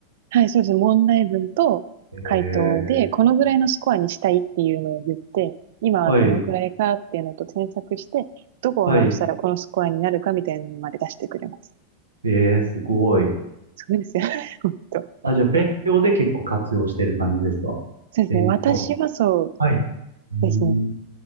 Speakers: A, on the right; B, on the right.
A: はい、そうです。問題文と回答で、
B: ええ
A: このぐらいのスコアにしたいっていうのを言って、今はどのくらいかっていうのと添削して、
B: はい、
A: どこを直したらこのスコアになるかみたいなのまで出してくれます。
B: はい。ええすごい。
A: そうですよね。<laughs> 本当。
B: あ、じゃあ勉強で結構活用してる感じですか勉強。
A: そうですね。私はそう
B: はい。うーん。
A: ですね。